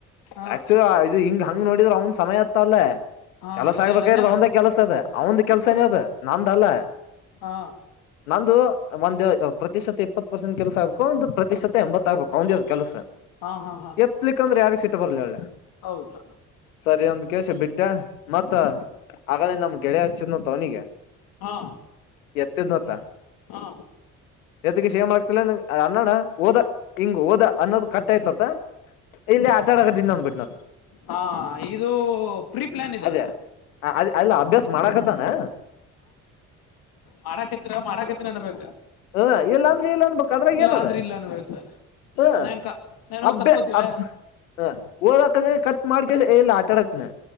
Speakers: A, on the left; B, on the left.
A: ಹಾ
B: ಆಕ್ಚು ಇದು ಹಿಂಗ ಹಂಗ್ ನೋಡಿದ್ರರು ಅವ್ನ್ ಸಮಯ ಅತ್ತ ಅಲ್ಲೇ
A: ಹಾ
B: ಕೆಲಸ
A: ಇಲ್ಲ
B: ಆಗ್ಬೇಕಾಗಿರದು
A: ಇಲ್ಲ ಅಂದೇನ
B: ಅವದ ಕೆಲ್ಸ ಅದ ಅವಂದ ಕೆಲ್ಸನೇ
A: ಹ
B: ಅದ ನಂದಲ್ಲ
A: ಹಾ
B: ನಂದು ಒಂದು ಪ್ರತಿಶತ ಇಪ್ಪತ್ತು ಪರ್ಸೆಂಟ್ ಕೆಲ್ಸ ಆಗ್ ಒಂದು ಪ್ರತಿಶತ ಎಂಬತ್ತು ಕೆಲಸ
A: ಹಾ ಹಾ ಹಾ
B: ಎತ್ಲಿಕ್ಕೆಂದ್ರೆ ಯ ಸಿಟ್ಟ ಬರ್ಲಿ ಒಳ್ಳ
A: ಹೌದು
B: ಸರಿ ಒಂದ್ ಕೆಲಸ ಬಿಟ್ಟೆ ಮತ್ತ
A: ಹ್ಮ್
B: ಆಗಲೇ ನಮ್ ಗೆಳೆಯೆ ಹಚ್ಚಿದ್ನ ತ ಅವನಿಗೆ
A: ಹಾ
B: ಎತ್ತದ್ನತ್ತ
A: ಹಾ
B: ಎತ್ತಿಗೆ ಸೇಮ್ ಆಗ್ ಅನ್ನಣ್ಣ ಹೋದ ಹಿಂಗ್ ಹೋದ ಅನ್ನೋದು ಕಟ್ಟ ಆಯತತ್ತ ಇಲ್ಲಿ ಆಟ ಆಡಕದಿಂದ ಅಂದ್ಬಿಟ್ಟನ
A: ಹಾ ಇದು ಪ್ರೀ ಪ್ಲಾನ್ ಇದು
B: ಅದೇ ಅ ಅಲ್ಲ ಅಭ್ಯಾಸ ಮಾಡಕತಾನಾ
A: ಮಾಡಾಕತ್ತ ಮಾಡಾಕತ್ತ ನನ್ ಬ
B: ಹ್ಮ್ ಇಲ್ಲ ಲ್ಲ ಅನ್ಬೇಕ ಅದ್ರಾಗ ಏನದ
A: ಅಂದ್ರ ಇಲ್ಲ ಅನ್ಬೇಕ
B: ಹ್ಮ
A: ನಾನ್ ಕ ನಾನ್ ಹೋಗಿ
B: ಹತ್ತೆ
A: ಕಸ್ಕೋತೀವ
B: ಹತ್ ಹ ಓದಕದ್ರೆ ಕಟ್ ಮಾಡ್ಕ ಇಲ್ಲ ಆಟಾಡತ್ನ